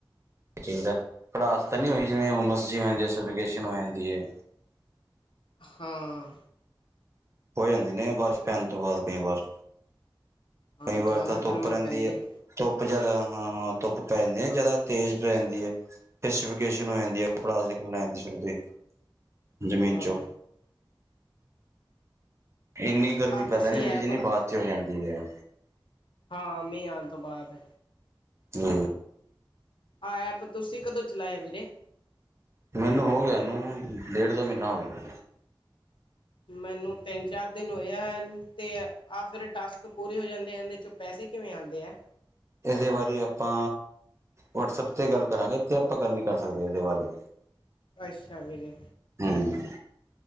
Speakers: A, on the right (about 30°); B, on the left (about 65°).
A: ਚਾਹੀਦਾ ਪੜਾਸ ਤਾਂ ਨੀ ਹੋ ਜਿਵੇਂ ਹੂਮਸ ਹੋ ਜਾਂਦੀ ਐ।
B: ਹਾਂ।
A: ਹੋ ਜਾਂਦੀ ਨੇ, ਬਾਰਿਸ਼ ਪੈਣ ਤੋਂ ਬਾਅਦ ਕਈ ਵਾਰ।
B: ਹਾਂ
A: ਕਈ
B: ਜ਼ਿਆਦਾ
A: ਵਾਰ ਤਾਂ ਧੁੱਪ
B: ਗਰਮੀ
A: ਰਹਿੰਦੀ
B: ਪੈਂਦੀ
A: ਐ, ਧੁੱਪ ਜ਼ਿਆਦਾ, ਹਾਂ ਹਾਂ ਧੁੱਪ ਪੈ ਜਾਂਦੇ ਆ ਜ਼ਿਆਦਾ ਤੇਜ਼ ਪੈ ਜਾਂਦੀ ਐ, ਫਿਰ ਸੂਫਕੇਸ਼ਨ ਹੋ ਜਾਂਦੀ ਐ, ਭੜਾਸ ਮੈਂ ਅੱਜ ਫਿਰਦੇ ਜ਼ਮੀਨ
B: ਹਾਂ
A: ਚੋਂ ਇੰਨੀ ਗਰਮੀ
B: ਆਹ
A: ਪਹਿਲਾਂ
B: ਤੁਸੀਂ
A: ਨੀ ਹੁੰਦੀ
B: ਐਪ
A: ਜਿੰਨੀ ਬਾਅਦ ਚ ਹੋ ਜਾਂਦੀ ਐ।
B: ਹਾਂ, ਮੀਂਹ ਆਣ ਤੋਂ ਬਾਅਦ।
A: ਹੂੰ
B: ਆਹ ਐਪ ਤੁਸੀਂ ਕਦੋਂ ਚਲਾਇਆ ਵੀਰੇ?
A: ਮੈਨੂੰ ਹੋ ਗਿਆ ਇਹਨੂੰ, ਡੇਢ ਦੋ ਮਹੀਨਾ ਹੋ ਗਿਆ।
B: ਮੈਨੂੰ ਤਿੰਨ ਚਾਰ ਦਿਨ ਹੋਇਆ ਐ, ਤੇ ਆਹ ਫਿਰ ਟਾਸਕ ਪੂਰੇ ਹੋ ਜਾਂਦੇ, ਆਦੇ ਚ ਪੈਸੇ ਕਿਵੇਂ ਆਉਂਦੇ ਐ?
A: ਇਹਦੇ ਬਾਰੇ ਆਪਾਂ ਵੱਟਸਐੱਪ ਤੇ ਗੱਲ ਕਰਾਂਗੇ, ਇਹਤੇ ਆਪਾਂ ਗੱਲ ਨੀ ਕਰ ਸਕਦੇ ਇਹਦੇ ਬਾਰੇ।
B: ਅੱਛਾ ਵੀਰੇ।
A: ਹੂੰ,